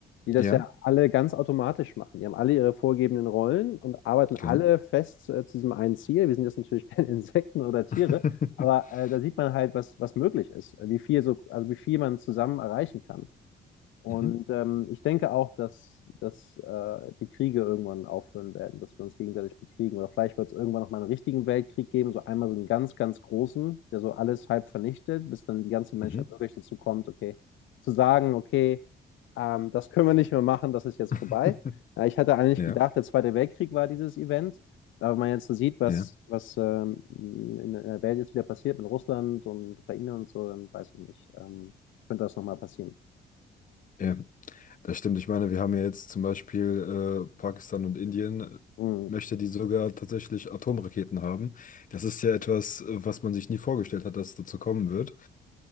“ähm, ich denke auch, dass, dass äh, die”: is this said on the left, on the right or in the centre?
Left